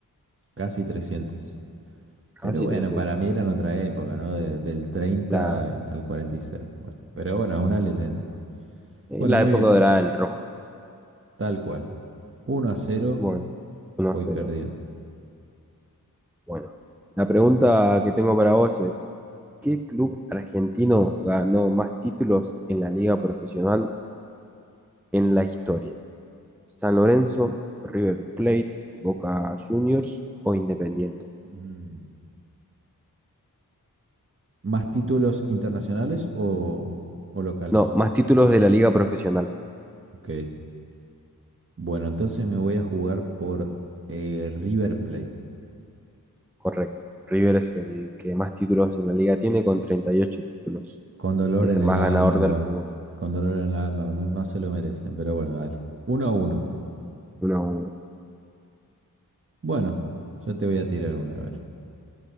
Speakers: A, on the right (about 40°); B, in the centre.
A: casi 300.
B: casi
A: Pero bueno,
B: 300
A: para mí
B: sí.
A: era en otra época, ¿no? De- del 30
B: La,
A: al 46. Bueno, pero bueno, es una leyenda.
B: eh,
A: Bueno,
B: la
A: muy
B: época
A: bien,
B: dorada del rojo.
A: tal cual. Uno a cero,
B: Bueno, 1-0.
A: voy perdiendo.
B: Bueno, la pregunta que tengo para vos es, ¿qué club argentino ganó más títulos en la liga profesional en la historia? ¿San Lorenzo, River Plate, Boca Juniors o Independiente?
A: Mm. ¿Más títulos internacionales o, o locales?
B: No, más títulos de la liga profesional,
A: Ok. Bueno, entonces me voy a jugar por eh, River Plate.
B: correcto. River es el que más títulos en la liga tiene con 38 títulos
A: Con dolor
B: y es
A: en
B: el
A: el
B: más
A: alma,
B: ganador
A: igual.
B: del fútbol,
A: Con dolor en el alma, no, no se lo merecen, pero bueno, dale. Uno a uno.
B: uno a uno.
A: Bueno, yo te voy a tirar una, a ver.